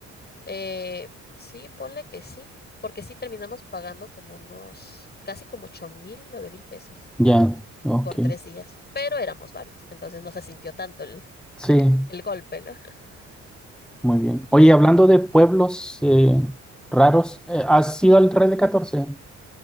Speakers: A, on the left; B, in the centre.
A: eh, sí, ponle que sí, porque sí terminamos pagando como unos, casi como ocho mil, nueve mil pesos
B: Ya, ok.
A: por tres días, pero éramos varios, entonces no se sintió tanto el,
B: Sí,
A: eh, el golpe, ¿no? <laughs>
B: muy bien. Oye, hablando de pueblos eh, raros, eh, ¿has ido al Real de catorce?